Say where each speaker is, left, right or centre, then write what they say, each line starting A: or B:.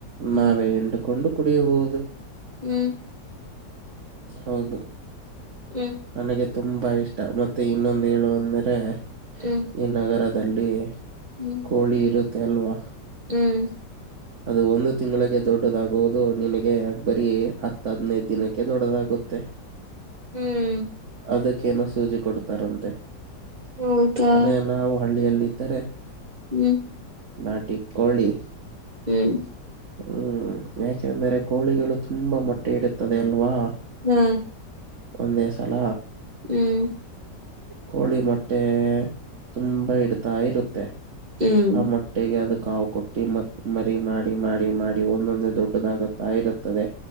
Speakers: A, on the right; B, on the right.
A: ಹ್ಮ್
B: ನಾವೇ ಇಂಡುಕೊಂಡು ಕುಡಿಯಬಹುದು.
A: ಹ್ಮ್
B: ಹೌದು.
A: ಹ್ಮ್
B: ನನಗೆ ತುಂಬಾ ಇಷ್ಟ ಮತ್ತೆ ಇನ್ನೊಂದ್ ಹೇಳು ಅಂದ್ರೆ.
A: ಹ್ಮ್
B: ಈ ನಗರದಲ್ಲಿ.
A: ಹ್ಞೂ.
B: ಕೋಳಿ ಇರುತ್ತೆ ಅಲ್ವಾ.
A: ಹ್ಮ್
B: ಅದು ಒಂದು ತಿಂಗಳಿಗೆ ದೊಡ್ಡದಾಗುವುದು ನಿನಗೆ ಬರೀ. ಹತ್ತು ಹದ್ನೈದ್ ದಿನಕ್ಕೆ ದೊಡ್ಡದಾಗುತ್ತೆ.
A: ಹ್ಮ್
B: ಅದಕ್ಕೇನೋ ಸೂಜಿ ಕೊಡ್ತಾರಂತೆ.
A: ಹೌದಾ
B: ಅದೇ ನಾವು ಹಳ್ಳಿಯಲ್ಲಿದ್ದರೆ.
A: ಹ್ಮ್
B: ನಾಟಿ ಕೋಳಿ.
A: ಹ್ಮ್
B: ಹ್ಮ್ ಯಾಕೆಂದ್ರೆ ಕೋಳಿಗಳು ತುಂಬಾ ಮೊಟ್ಟೆ ಇಡುತದೆ ಅಲ್ವಾ.
A: ಹ್ಮ್
B: ಒಂದೇ ಸಲ.
A: ಹ್ಮ್
B: ಕೋಳಿ ಮೊಟ್ಟೆ ತುಂಬಾ ಇಡ್ತಾ ಇರುತ್ತೆ
A: ಹ್ಮ್
B: ಆ ಮೊಟ್ ಟ್ಟೆಗೆ ಅದು ಕಾವು ಕೊಟ್ಟಿ ಮ ಮರಿ ಮಾಡಿ ಮಾಡಿ ಮಾಡಿ ಒಂದೊಂದೆ ದೊಡ್ಡದಾಗುತ್ತಾ ಇರುತ್ತದೆ.